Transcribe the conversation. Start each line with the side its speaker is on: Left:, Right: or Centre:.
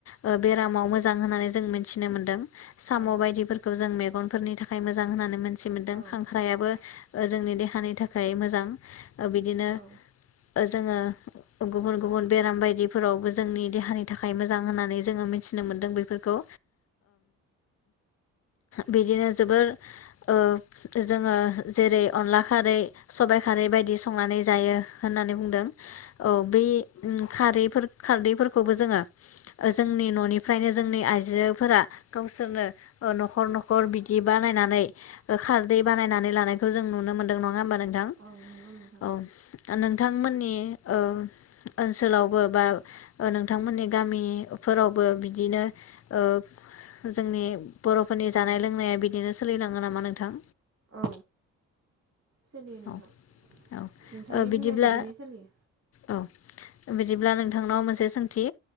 Left: ओ बेरामाव मोजां होननानै जों मिथिनो मोन्दों। साम'
Right: औ औ
Left: बायदिफोरखौ जों मे गुबगनफोरनि थाखाय मोजां होननानै मोनथिदों। माखासे मोनदों
Right: औ
Left: खांख्रायाबो ओ जोंनि देहानि थाखाय मोजां बिदिनो
Right: औ
Left: ओ जोङो गुबुन गुबुन बेराम बायदि फोरावबो जोंनि देहानि थाखाय मोजां होननानै जोङो फोरावबो जोंनि देहानि थाखाय मोजां होनना मिथि मोनदों बेफोरखौ बिदिनो जोबोर ओ जोङो जेरै अनला खारै सबायाइ खारै बायदि संनानै जायो होननानै बुंदों। औ बै खारै खारदैफोरखौबो जोङो जोंनि न'निफ्रायनो जोंनि आइजोफोरा गावसोरनो ओ न'खर न'खर बिदि बानायनानै खारदै बानायनानै लानायखौ जों नुनो मोन्दों नङा होन होनबा नोंथां
Right: औ नंगौ नोंथां
Left: औ नोंथांमोननि ओ ओनसोलावबो बा नोंथांमोननि गामिफोरावबो बिदिनो जोंनि ओ जोंनि बर'फोरनि जानाय
Right: औ
Left: लोंनाया बिदिनो सै सोलिलाङो नामा नोंथां?
Right: औ। सोलियो नोंथां
Left: औ औ
Right: नोंथांनि
Left: ओ बिदिब्ला
Right: बुंनाय बायदिनो सोलियो।
Left: औ बिदिब्ला नोंथांनाव मोनसे सोंथि